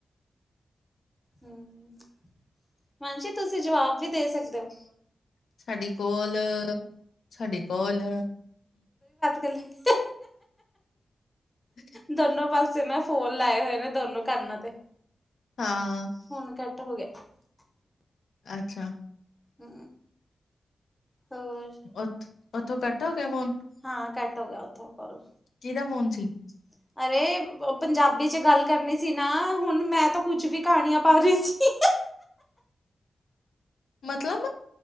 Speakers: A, in the centre; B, on the left.
A: ਹਿਮਾਂਸ਼ੀ, ਤੁਸੀਂ ਜਵਾਬ ਵੀ ਦੇ ਸਕਦੇ ਹੋ।
B: ਸਾਡੇ ਕੋਲ, ਸਾਡੇ ਕੋਲ।
A: ਗੱਲ। <unintelligible>
B: ਹਮ <unintelligible> <unintelligible>
A: ਦੋਨੋਂ ਪਾਸੇ ਮੈਂ ਫੋਨ ਲਾਏ ਹੋਏ ਨੇ, ਦੋਨੋਂ ਕੰਨਾਂ ਤੇ
B: ਹਾਂ,
A: ਹੁਣ ਕਰ। ਹੋ ਗਿਆ।
B: ਅੱਛਾ।
A: ਹੁ ਹੋਰ।
B: ਉਥ ਉੱਥੋਂ ਕੱਟ ਹੋ ਗਿਆ ਫੋਨ।
A: ਹਾਂ ਕੱਟ ਹੋ ਗਿਆ ਉੱਥੋਂ ਕੋਲ।
B: ਕਿਹਦਾ ਫੋਨ ਸੀ?
A: । <inaudible> ਅਰੇ, ਪੰਜਾਬੀ ਚ ਗੱਲ ਕਰਨੀ ਸੀ ਨਾ ਹੁਣ ਮੈਂ ਤਾਂ ਕੁਝ ਵੀ ਕਹਾਣੀਆਂ ਪਾ ਰਹੀ ਸੀ।
B: ਮਤਲਬ।